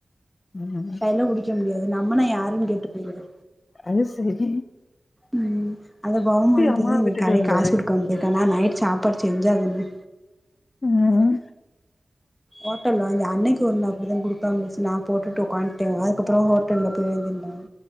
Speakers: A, on the left; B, in the centre.
A: ம்
B: கைல புடிக்க முடியாது நம்மனா யாருனு கேட்டு போயிருவாரு
A: அது செரிதே
B: ம் அந்த பகுமானத்துலே
A: அம்மாவ
B: இன்னைக்கு
A: விட்டுட்டு
B: காலைல
A: வந்தாரு
B: காசு குடுக்காம போயிட்டானா நைட்டு சாப்பாடு செஞ்சாதான
A: ம்
B: ஓட்டல்ல வாங்கி அன்னைக்கு ஒரு நா அப்டிதா குடுக்காம போயிருச்சு நா போட்டுட்டு ஒக்காந்துட்டே அதுக்கப்பற ஹோட்டல் போய் வாங்கி திண்டாங்க